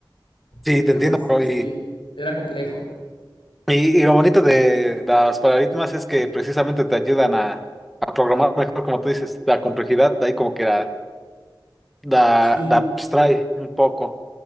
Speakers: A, in the centre; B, on the left (about 75°).
A: Sí,
B: Entonces,
A: te entiendo,
B: sí,
A: bro.
B: sí,
A: Y,
B: era complejo.
A: Y, y lo bonito de las paradigmas es que precisamente te ayudan a, a programar mejor, como tú dices, la complejidad, de ahí como que la, la,
B: Sí,
A: la abstrae un poco.